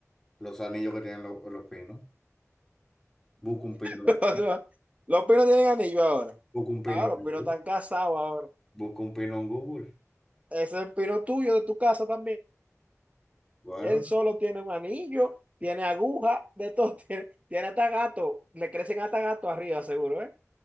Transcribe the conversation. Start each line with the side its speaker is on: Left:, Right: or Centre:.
Centre: Los anillos que tienen lo- los pinos. Busca un pino,
Right: <laughs> Los pinos tienen anillo ahora.
Centre: busca un pino
Right: Ahora,
Centre: en
Right: los
Centre: Google.
Right: pinos están casados ahora.
Centre: Busca un pino en Google.
Right: Ese es el pino tuyo de tu casa también.
Centre: Bueno.
Right: Él solo tiene un anillo, tiene aguja, de todo. <laughs> Tiene, tiene hasta gato. Le crecen hasta gato arriba, seguro, ¿eh?